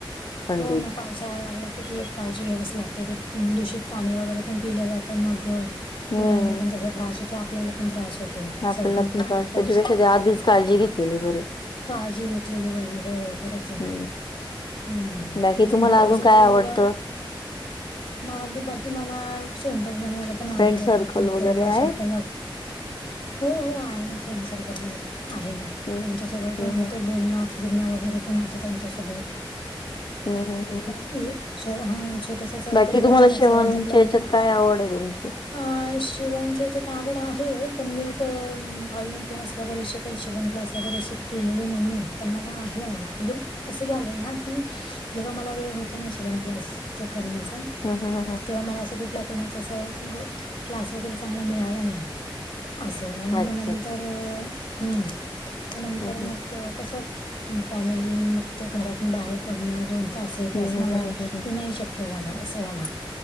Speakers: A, on the left; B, on the left.
A: थंडीत
B: हो ना पावसाळा लागला कि, ती एक काळजी घ्यावीच लागते, ते दूषित पाणी वगैरे पण पिले जातं, मग
A: हम्म
B: मुलांना पण त्याचा त्रास होतो, आ आपल्याला पण त्रास होतो,
A: आपल्याला
B: सर्दी,
A: पण
B: खोकला
A: त्रास
B: पावसात
A: त्याच्यापेक्षा ते आधीच काळजी घेतलेली बरी
B: काळजी घेतलेली बरी हो, खरंच ये.
A: हम्म
B: हम्म,
A: बाकी
B: तेच
A: तुम्हाला
B: त पावसात
A: अजून काय
B: जरी
A: आवडतं
B: मुलं मागे बाकी मला, स्वयंपाक बनवायला पण आवडत,
A: फ्रेंड सर्कल
B: बाकी इतर
A: वगैरे आहेत
B: अशा कला हो-हो आहे ना फ्रेंड सर्कल मां, आहे ना,
A: हम्म
B: त्यांच्या सोबत
A: हम्म
B: पण
A: हम्म
B: होतं बोलणं <unintelligible> वगैरे पण होत त्यांच्यासोबत.
A: हम हम हम्म.
B: ये छो हं छोटस असं
A: बाकी
B: कधी,
A: तुम्हाला
B: अचानक
A: शेवणच्या
B: सगळ्यांच्या प्लॅन
A: याच्यात
B: ना
A: काय आवड आहे तुमची
B: अं, शिवनचे याच्यात त आवड आहे, पण मी असं अम आजू क्लास वगैरे अशे काही शिकवण क्लास वगैरे असे केलेली नाहीेये, पण मला आहे आवड, म्हणजे तसं झालंय ना की जेव्हा मला वेळ होता ना, शीवण क्लास च करण्याचा,
A: हम्म हम्म हम्म हम्म.
B: तेव्हा मला असं कुठला कोणाचा असं उग क्लास वगैरे चांगला मिळाला नाही, असंय आणि
A: अच्छा
B: मग
A: अच्छा
B: नंतर अ, ह्म. म नंतर
A: हं, हं.
B: मग कस, फॅमिली मग ते घरातन बाहेर पडणं, दोन तास हे
A: हं,
B: तास
A: हं,
B: मला
A: हं, हं, हं, हं.
B: ते नाही शक्य झालं, असं झालं.